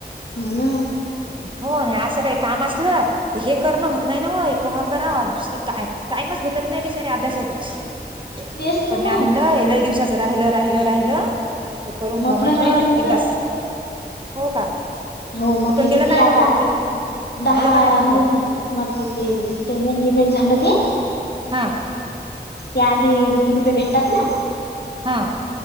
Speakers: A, on the left; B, on the right.
A: हा ना
B: हो नाही असं काही काम असलं हे करणं होत नाही ना व हे कवा कराव टाइमच भेटत नाही बिचारे अभ्यासातून
A: तेच ना
B: पण म्या
A: मग
B: म्हणलं हे लय दिवसाचं राहिल राहिल राहिलं इतकं करून घ्या
A: मपलं
B: म्हंटलं
A: राहिलं होतं
B: एकदा हो का
A: हो म्ह
B: तुकडं
A: आपली
B: केलं
A: किती
B: का नाही
A: आता
B: मग कम्प्लीट
A: दहा
B: झालं का नाही मग
A: होत
B: तो
A: झाले म आपली ती पेमेंट विमेंट झालं ते
B: हा
A: त्या आधी दोन रुपये भेटतात ना
B: हा